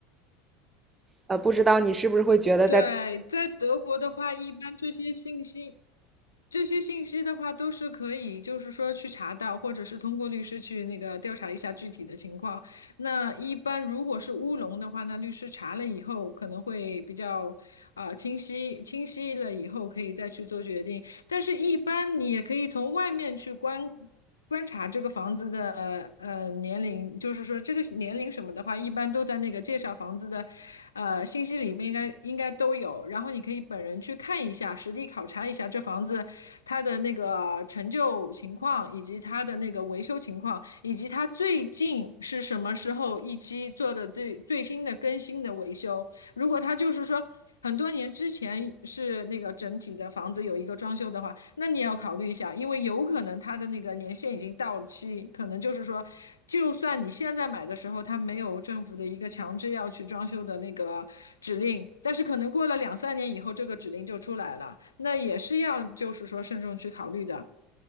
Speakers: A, on the right; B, on the left.
A: 呃，不知道你是不是会觉得在
B: 对，在德国的话，一般这些信息这些信息的话，都是可以，就是说去查到，或者是通过律师去那个调查一下具体的情况。那一般如果是乌龙的话，那律师查了以后可能会比较啊、清晰，清晰了以后可以再去做决定。但是，一般你也可以从外面去观。观察这个房子的呃年龄，就是说这个年龄什么的话，一般都在那个介绍房子的呃信息里面应该应该都有。然后你可以本人去看一下，实地考察一下这房子它的那个陈旧情况，以及它的那个维修情况，以及它最近是什么时候一期做的最最新的更新的维修。如果他就是说很多年之前是那个整体的房子有一个装修的话，那你也要考虑一下，因为有可能他的那个年限已经到期，可能就是说，就算你现在买的时候他没有政府的一个强制要去装修的那个指令，但是可能过了两三年以后这个指令就出来了，那也是要就是说慎重去考虑的。